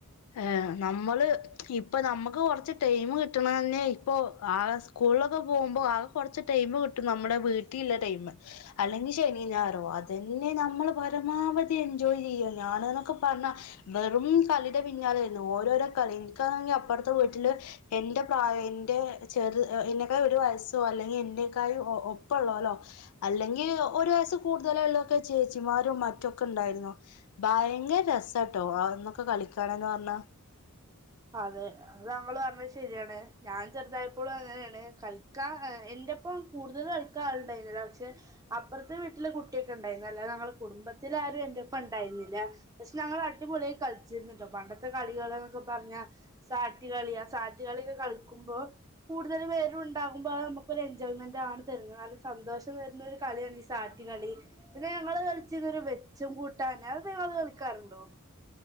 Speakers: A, on the left; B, on the right.
A: ഏ നമ്മള് ഇപ്പോ നമുക്ക് കൊറച്ച് ടൈം കിട്ടണന്നെ ഇപ്പോ ആ സ്കൂളിലൊക്കെ പോകുമ്പോ ആ കൊറച് ടൈം കിട്ടും നമ്മുടെ വീട്ടിലുള്ള ടൈം അല്ലെങ്കിൽ ശനി ഞായർ അതെന്നെ നമ്മൾ പരമാവധി എൻജോയ് ചെയ്യ ഞാന് ന്നൊക്കെ പറഞ്ഞ വെറും കളിടെ പിന്നാലെ ആയിരുന്നു ഓരോരോ കളി എനിക്കാണെങ്കിൽ അപ്പറത്തെ വീട്ടില് എന്റെ പ്രായ എന്റെ ചെർ ഏ എന്നേക്കാൾ ഒരു വയസ്സോ അല്ലെങ്കിൽ എക്കാൾ ഒപ്പള്ളോലോ അല്ലെങ്കിൽ ഒരു വയസ് കൂടുതലൂള്ളൊക്കെ ചേച്ചിമാരും മറ്റൊക്കെ ഉണ്ടായിരുന്നു ഭയങ്കര രസാട്ടോ അന്നൊക്കെ കളിക്കന്ന് പറഞ്ഞ
B: അതെ അത് നമ്മൾ പറഞ്ഞത് ശരിയാണ് ഞാൻ ചെറുതായപ്പോഴും അങ്ങനെയാണ് കളിക്കാൻ എന്റെപ്പം കൂടുതൽ കളിക്കാൻ ആളുണ്ടായിരുന്നില്ല പക്ഷെ അപ്പുറത്തെ വീട്ടിലെ കുട്ടിയൊക്കെ ഉണ്ടായിരുന്നു അല്ലാതെ ഞങ്ങളെ കുടുംബത്തിലെ ആരും എന്റെ ഒപ്പം ഉണ്ടായിരുന്നില്ല പക്ഷെ ഞങ്ങൾ അടിപൊളിയായി കളിച്ചിരുന്നട്ടോ പണ്ടത്തെ കളികളൊക്കെ പറഞ്ഞ സാറ്റ് കളി ആ സാറ്റ് കളിയൊക്കെ കളിക്കുമ്പോ കൂടുതൽ പേരുണ്ടാകുമ്പോ അത് നമുക്കൊരു എൻജോയ്മെന്റ് ആണ് തരുന്നത് നല്ല സന്തോഷം തരുന്ന ഒരു കളിയാണ് ഈ സാറ്റ് കളി പിന്നെ ഞങ്ങള് കളിചിര്ന്നത് വെച്ചും കൂട്ടന് അത് നിങ്ങൾ കളിക്കാറുണ്ടോ